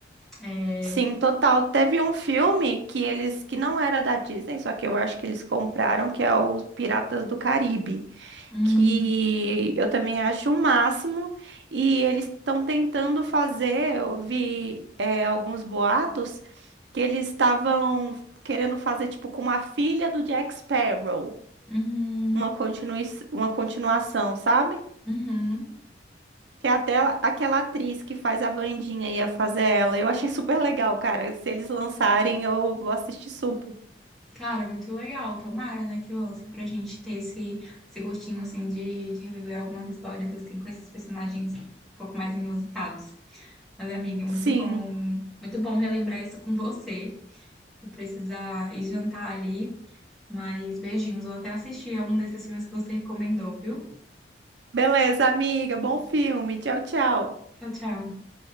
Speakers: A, in the centre; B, on the right (about 80°).
A: É,
B: Sim, total. Teve um filme que eles, que não era da Disney, só que eu acho que eles compraram, que é os Piratas do Caribe.
A: hum,
B: que eu também acho o máximo, e eles estão tentando fazer, eu vi é, alguns boatos que eles estavam querendo fazer tipo com uma filha do Jack Sparrow,
A: uhum,
B: uma continui uma continuação, sabe?
A: uhum.
B: Que é até a- aquela atriz que faz a Wandinha ia fazer ela. Eu achei super legal, cara. Se eles lançarem, eu vou assistir super.
A: Cara, muito legal. Tomara, né, que lancem pra gente ter esse, esse gostinho, assim, de, de reviver algumas histórias, assim, com esses personagens um pouco mais inusitados. Mas, amiga, muito
B: Sim.
A: bom, muito bom relembrar isso com você. Vou precisar ir jantar ali. Mas beijinhos, vou até assistir algum desses filmes que você recomendou, viu?
B: Beleza, amiga. Bom filme. Tchau, tchau.
A: Tchau, tchau.